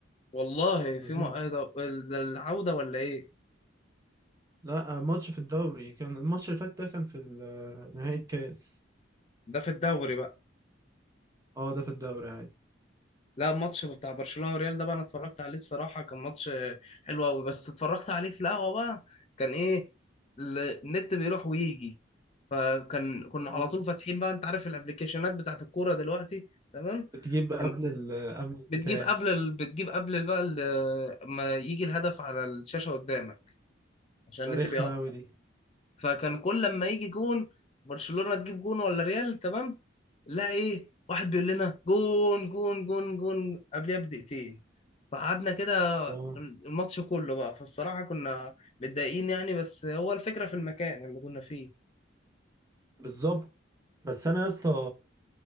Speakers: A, on the left; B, on the right.
A: والله في
B: عايزين-
A: م... ده ده العوده ولا ايه
B: لا آه، ماتش في الدوري كان الماتش اللي فات ده كان في ال- آه، نهائي الكاس
A: ده في الدوري بقى
B: اه ده في الدوري عادي
A: لا الماتش بتاع برشلونة وريال ده بقى انا اتفرجت عليه الصراحة كان ماتش حلو قوي بس اتفرجت عليه في القهوة بقى كان ايه ال- النت بيروح ويجي فكان كنا
B: اه
A: على طول فاتحين بقى انت عارف الابلكيشنات بتاعت الكورة دلوقتي تمام
B: بتجيب قبل
A: كان
B: ال قبل البتاع
A: بتجيب قبل ال... بتجيب قبل ال- بقى ال... ما يجي الهدف على الشاشة قدامك عشان النت
B: ده رخمة
A: بيقطع
B: أوي دي
A: فكان كل لما يجي جون برشلونة تجيب جون ولا ريال تمام لا ايه واحد بيقول لنا جون جون جون جون قبلها بدقيقتين فقعدنا كده
B: اه
A: الماتش كله بقى فالصراحة كنا متضايقين يعني بس هو الفكرة في المكان اللي كنا فيه
B: بالظبط بس انا يا اسطى